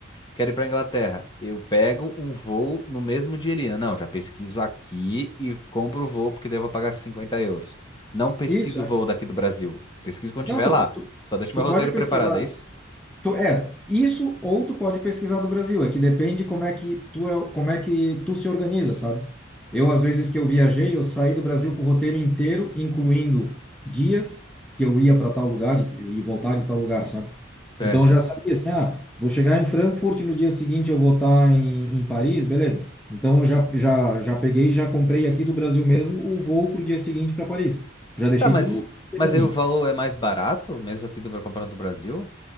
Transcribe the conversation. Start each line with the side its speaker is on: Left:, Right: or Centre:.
Left: Quero ir para Inglaterra. Eu pego um voo no mesmo dia ali. Não, já pesquiso aqui e compro o voo, porque daí eu vou pagar 50 euros. Não pesquiso
Centre: Isso, é.
Left: o voo daqui do Brasil. Pesquiso quando estiver
Centre: Não, tu,
Left: lá.
Centre: po- tu,
Left: Só deixo
Centre: tu
Left: meu roteiro
Centre: pode pesquisar.
Left: preparado, é isso?
Centre: Tu, é, isso ou tu pode pesquisar do Brasil, é que depende como é que tu é, como é que tu se organiza, sabe? Eu, às vezes que eu viajei, eu saí do Brasil com o roteiro inteiro, incluindo dias que eu ia para tal lugar e, e voltar de tal lugar, sabe?
Left: Certo.
Centre: Então eu já sabia assim, ah, vou chegar em Frankfurt, no dia seguinte eu vou estar em, em Paris, beleza. Então eu já, já, já peguei e já comprei aqui do Brasil mesmo o voo para o dia seguinte para Paris. Já deixei
Left: Tá, mas,
Centre: tudo ajeitadinho.
Left: mas daí o valor é mais barato, mesmo aqui do comprando do Brasil?